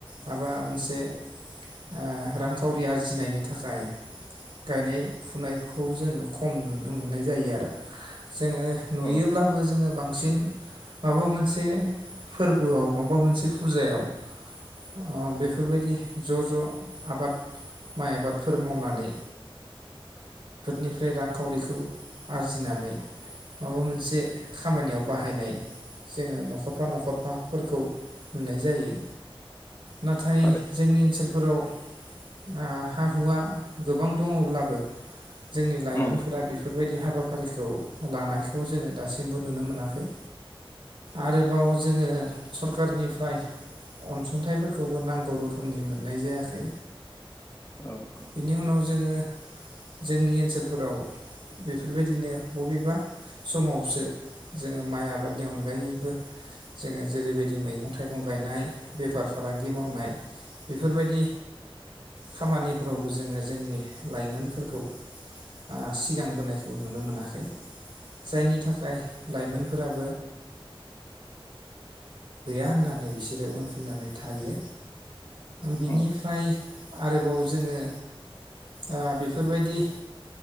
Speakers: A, on the right (about 65°); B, on the left (about 35°).
A: माबा मोनसे ओ रांखावरि आरजिनायनि थाखाय गायनाय फुनायखौ जोङो खम नुनो मोननाय जायो आरो जोङो
B: औ
A: नुयोब्लाबो जोङो बां बांसिन माबा मोनसे फोरबोआव माबा मोनसे फुजायाव ओ बेफोरबायदि ज' ज' आबाद माइ आबादफोर मावनानै फोरनिफ्राय रांखावरिखौ आरजिनानै माबा मोनसे खामानियाव बाहायनाय जोङो न'खरफा न'खरफाफोरखौ नुनाय जायो।
B: <inaudible>
A: नाथाय
B: थारै
A: जोंनि ओनसोलफोराव ओ हा हुवा गोबां दङब्लाबो जोंनि लाइमोनफोरा
B: उम
A: बेफोरबायदि हाबाफारिखौ लानायखौ जोङो दासिमबो नुनो मोनाखै।
B: <inaudible>
A: आरोबाव जोङो सरकारनिफ्राय अनसुंथाइफोरखौबो नांगौ रोखोमनि मोननाय जायाखै।
B: औ औ
A: बिनि उनाव जोङो जोंनि ओनसोलफोराव बेफोरबायदिनो बबेबा समावसो जोङो माइ आबादनि अनगायैबो जोङो जेरैबायदि मैगं-थाइगं गायनाय बेफार फालांगि मावनाय बेफोरबायदि खामानिफोरावबो जोङो जोंनि लाइमोनफोरखौ ओ सिगांबोनायखौ नुनो मोनाखै। जायनि थाखाय लाइमोनफोराबो गैया होननानै बिसोरो उनफिननानै थायो। बिनिफ्राय
B: उम
A: आरोबाव जोङो ओ बेफोरबायदि ओ